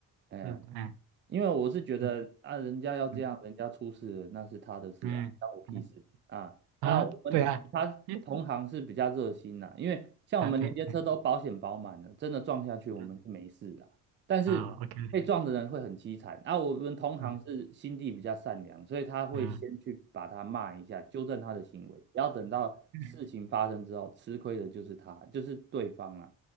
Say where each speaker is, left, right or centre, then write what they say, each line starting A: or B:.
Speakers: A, on the right; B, on the right.
A: 嗯，
B: 是，嗯
A: 因为我是觉得啊，
B: 嗯
A: 人家要这样，
B: 嗯
A: 人家出事了那是他的事啊，
B: 嗯嗯
A: 关我屁事啊。
B: 啊，
A: 那我们其他同行是比较热心啦，
B: 对啊，耶
A: 因为像我们连接车都保险保满了，
B: ，OK，嗯
A: 真的撞下去我们是没事啊。
B: 是，
A: 但是被撞的人会很凄惨。
B: 哦，OK，
A: 啊，我们同行是心地比较善良，
B: 嗯
A: 所以他会先去把他骂一下，
B: 嗯，
A: 纠正他的行为，不要等到事情发生之后，
B: 嗯，
A: 吃亏的就是他，就是对方啊。